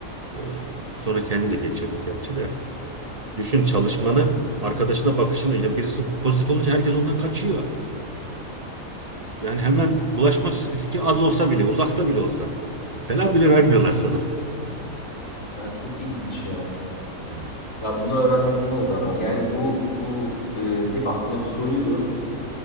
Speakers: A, on the right (about 30°); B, on the left (about 65°).
A: Ee, sonra kendim de geçirdim gerçi de. Düşün çalışmanı,
B: ya,
A: arkadaşına bakışını. Yani birisi pozitif olunca herkes ondan kaçıyor. Yani hemen bulaşma riski az olsa bile, uzakta bile olsa. Selam bile vermiyorlar sana. <laughs>
B: ya çok ilginç ya.
A: Evet.
B: Ya bunu öğrendiğim iyi oldu ama. Yani bu bu e, hep aklımda bir soruydu.